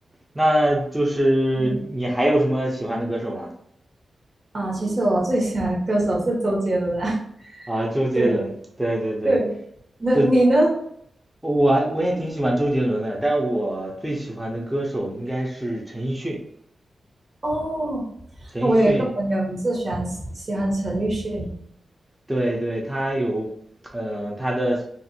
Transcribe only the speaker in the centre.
那就是你还有什么喜欢的歌手吗？
啊，
周杰伦，
对对对
对。我我也挺喜欢周杰伦的，但我最喜欢的歌手应该是陈奕迅。
陈奕迅，
对对，他有，嗯、他的